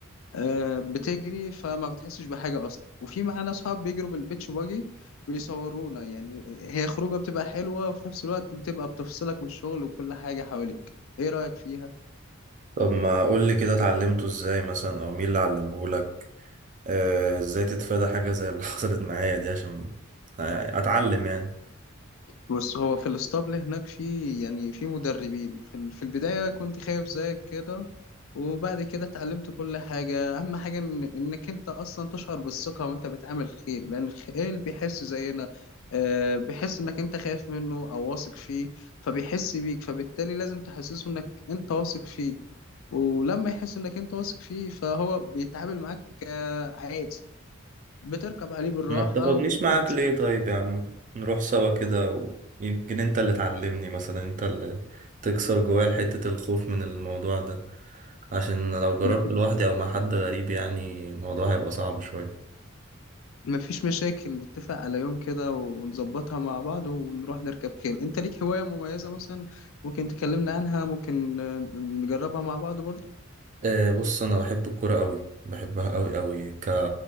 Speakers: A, on the left (about 70°); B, on the right (about 40°).
A: آه، بتجري فما بتحسش بحاجة أصلا وفي معانا أصحاب بيجروا بالبيتش باجي بيصورونا يعني هي خروجة بتبقى حلوة وفي نفس الوقت بتبقى بتفصلك من الشغل وكل حاجة حواليك إيه رأيك فيها؟
B: طب ما قول لي كده اتعلمته ازاي مثلا او مين اللي علمهولك آه، ازاي تتفادى حاجة زي اللي <laughs> حصلت معايا دي عشان اتعلم يعني
A: بص هو في الاسطبل هناك في يعني في مدربين في ال- في البداية كنت خايف زيك كده وبعد كده اتعلمت كل حاجة أهم حاجة إن إنك أنت أصلا تشعر بالثقة وأنت بتعامل خيل لأن الخيل بيحس زينا آه، بيحس إنك أنت خايف منه أو واثق فيه فبيحس بيك فبالتالي لازم تحسسه إنك أنت واثق فيه ولما يحس إنك أنت واثق فيه فهو بيتعامل معاك آه، عادي بتركب عليه بالراحة
B: ما بتاخدنيش
A: وبتمسك
B: معاك ليه طيب يا عم نروح سوا كده ويمكن انت اللي تعلمني مثلا انت اللي تكسر جوايا حتة الخوف من الموضوع ده عشان لو جربت
A: مفيش
B: لوحدي او مع حد غريب يعني الموضوع هيبقى صعب شوية
A: مفيش مشاكل نتفق على يوم كده ونظبطها مع بعض ونروح نركب خيل انت ليك هواية مميزة مثلا ممكن تكلمنا عنها ممكن آه، نجربها مع بعض برضه
B: أه بص انا بحب الكرة قوي بحبها قوي قوي ك...